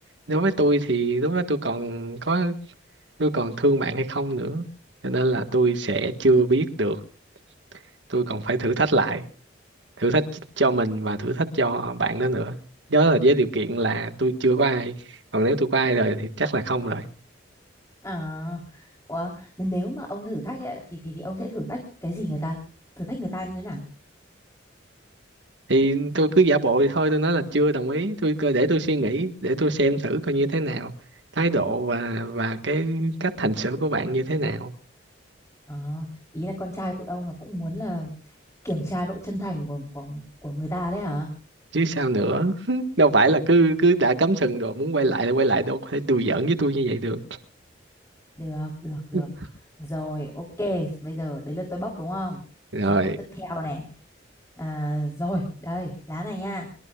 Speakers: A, on the right; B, on the left.
A: đối với tôi thì lúc đó tôi còn có tôi còn thương bạn hay không nữa cho nên là tôi sẽ chưa biết được tôi còn phải thử thách lại thử thách cho mình và thử thách cho bạn đó nữa nhớ là với điều kiện là tôi chưa có ai còn nếu tôi có ai rồi thì chắc là không rồi
B: à ủa, nếu mà ông thử thách ấy, thì thì thì ông sẽ thử thách cái gì người ta thử thách người ta như thế nào
A: thì tôi cứ giả bộ thì thôi tôi nói là chưa đồng ý tôi cứ để tôi suy nghĩ để tôi xem thử coi như thế nào thái độ và và cái cách hành xử của bạn như thế nào
B: à, ý là con trai tụi ông là cũng muốn là kiểm tra độ chân thành của của của người ta đấy hả
A: chứ sao nữa <laughs> đâu phải là cứ cứ đã cắm sừng rồi muốn quay lại thì quay lại đâu có thể đùa giỡn với tôi như vậy được
B: được được được
A: <laughs>
B: rồi ok bây giờ đến lượt tôi bốc đúng không
A: rồi
B: sang câu tiếp theo này à, rồi đây lá này nha